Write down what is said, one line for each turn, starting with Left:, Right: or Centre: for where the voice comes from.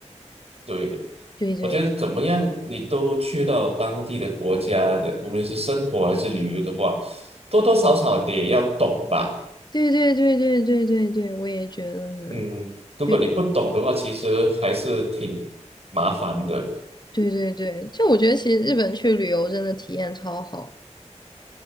Right: 对，
Left: 对对
Right: 我觉得怎么样，你都去到当地的国家的，无论是生活还是旅游的话，多多少少得要懂吧。
Left: 对对对对对对对，我也觉得呢。
Right: 嗯，如果你不懂的话，
Left: 对
Right: 其实还是挺麻烦的。
Left: 对对对，就我觉得其实日本去旅游真的体验超好。